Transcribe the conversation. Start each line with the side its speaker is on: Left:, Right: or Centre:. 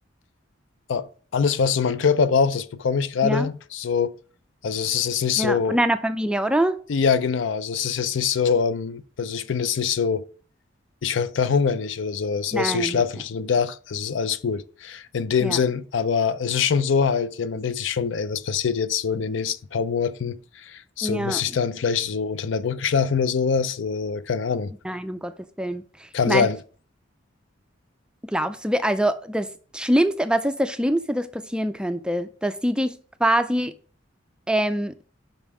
Left: äh, alles, was so mein Körper braucht, das bekomme ich gerade.
Centre: ja,
Left: So, also es ist jetzt nicht
Centre: ja.
Left: so.
Centre: Von deiner Familie, oder?
Left: Ja, genau. Also es ist jetzt nicht so. Ähm, also ich bin jetzt nicht so ich ver verhungere nicht oder sowas.
Centre: Nein,
Left: Weißt du, ich schlafe
Centre: nein, nein.
Left: unter einem Dach, also ist alles gut. In dem
Centre: Ja,
Left: Sinn, aber es ist schon so halt, ja, man denkt sich schon, ey, was passiert jetzt so in den nächsten paar Monaten? So
Centre: ja.
Left: muss ich dann vielleicht so unter einer Brücke schlafen oder sowas? Äh, keine Ahnung.
Centre: Nein, um Gottes Willen.
Left: Kann
Centre: Ich meine,
Left: sein.
Centre: glaubst du, wir- also das Schlimmste, was ist das Schlimmste, das passieren könnte? Dass die dich quasi ähm,